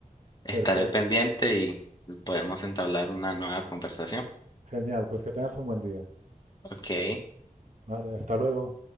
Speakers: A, on the left; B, on the right.
A: estaré
B: Perfecto,
A: pendiente y podemos entablar una nueva conversación.
B: genial, pues que tengas un buen día.
A: Ok.
B: Vale, hasta luego.